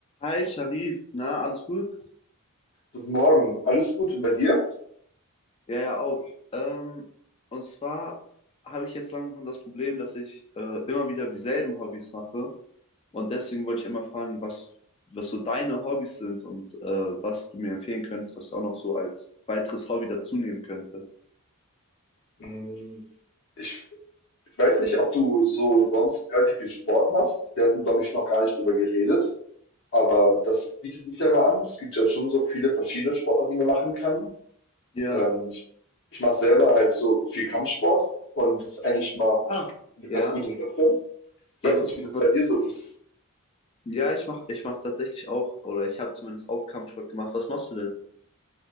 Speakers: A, on the left (about 25°); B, on the left (about 60°).
A: Hi Sharif, na, alles gut?
B: Guten Morgen, alles gut und bei dir?
A: Ja, ja, auch. Ähm, und zwar habe ich jetzt langsam das Problem, dass ich äh, immer wieder dieselben Hobbys mache. Und deswegen wollte ich einmal fragen, was, was so deine Hobbys sind und äh, was du mir empfehlen könntest, was du auch noch so als weiteres Hobby dazu nehmen könnte.
B: Hm, Ich, ich weiß nicht, ob du so sonst relativ viel Sport machst. Wir hatten, glaube ich, noch gar nicht drüber geredet, aber das bietet sich ja mal an. Es gibt ja schon so viele verschiedene Sportarten, die man machen kann.
A: Ja.
B: Ähm, ich ich mache selber halt so viel Kampfsport und das ist eigentlich immer
A: Ah.
B: eine
A: Ja.
B: ganz gute Sache. Ich
A: Ja,
B: weiß
A: w-
B: nicht, wie das
A: w-
B: bei dir so ist.
A: ja, ich mach, ich mach tatsächlich auch, oder ich habe zumindest auch Kampfsport gemacht. Was machst du denn?